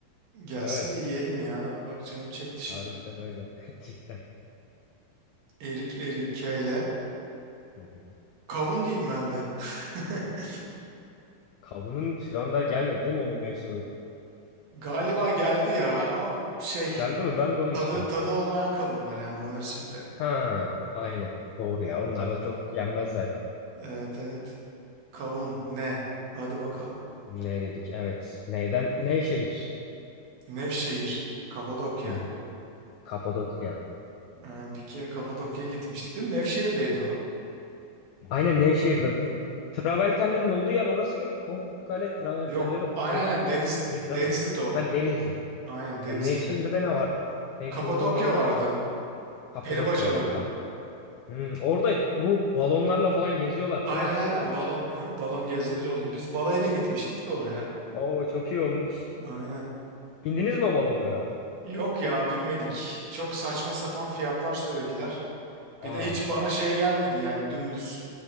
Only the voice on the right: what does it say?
Gelsin
de yiyelim ya. Bak canım çekti şimdi.
Erik Erik K ile.
Kavun diyeyim ben de. <laughs>
Galiba geldi ya ama şey
e,
tadı
tadı olmayan kavunlar yani bu mevsimde.
Evet evet. Kavun ne? Hadi bakalım.
Nevşehir, Kapadokya.
Ee, bir kere Kapadokya'ya gitmiştik değil mi? Nevşehir'deydi o.
Yok, aynen
aynen.
Deniz
Denizli'de
o.
Aynen Denizli'de.
Kapadokya
vardı.
Peri bacaları.
Aynen
aynen
balon hı, balon gezileri
oluyor. Biz balayına gitmiştik de oraya.
Aynen.
Yok ya binmedik. Çok saçma sapan fiyatlar söylediler. Bir
de hiç bana şey gelmedi yani dümdüz